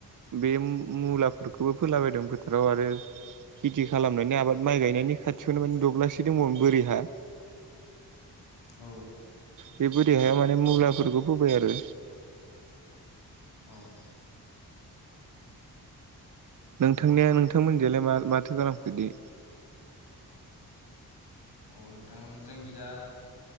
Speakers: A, on the right; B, on the left.
A: बे मुलाफोरखौबो फोलाबायदों फोथाराव आरो खेथि खालामनानै आबाद माइ गायनायनि खाथियावनो माने दब्लासे दंबावोमोन बोरि हा
B: औ
A: बे बोरि हायाव माने मुलाफोरखौ फोबाय आरो।
B: औ
A: नोंथांनिया नोंथांमोननि जायलाय मा माथो खालामखो इदि
B: अ नोंथां जोंनि जा